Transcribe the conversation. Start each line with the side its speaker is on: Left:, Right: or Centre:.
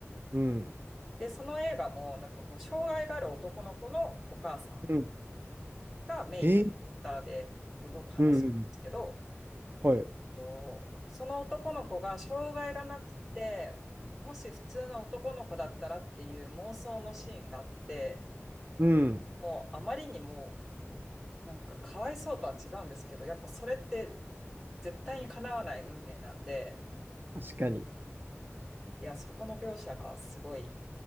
Right: うん。うん。
Centre: で、その映画もなんかこう、障害がある男の子のお母さん
Right: うん。
Centre: がメインのキャラクターで動く話なんですけど、
Right: へえ。うんうん。はい。
Centre: とその男の子が障害がなくて、もし普通の男の子だったらっていう妄想のシーンがあって、
Right: うん。
Centre: もうあまりにもなんかかわいそうとは違うんですけど、やっぱそれって絶対に叶わない運命なんで、
Right: 確かに。
Centre: いや、そこの描写がすごい、